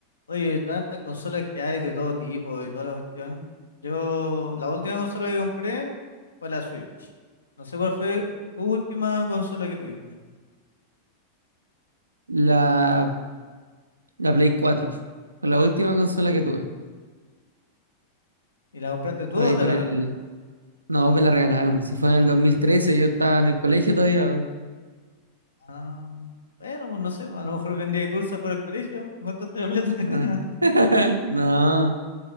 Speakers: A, on the left; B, on the right.
A: Oye, tantas consolas que hay de todo tipo y toda la cuestión. Yo, la última consola que compré fue la Switch. No sé cuál fue tu última consola que tuviste.
B: La, la Play 4 Fue la última consola que tuve.
A: ¿Y la compraste tú
B: Por
A: o
B: ahí,
A: te
B: por
A: la regalaron?
B: el. No, me la regalaron. Si fue en el 2013, yo estaba en el colegio todavía.
A: Ah, bueno, pues no sé, a lo mejor vendías dulces por el colegio y juntaste la plata. <laughs>
B: Ah. <laughs> No,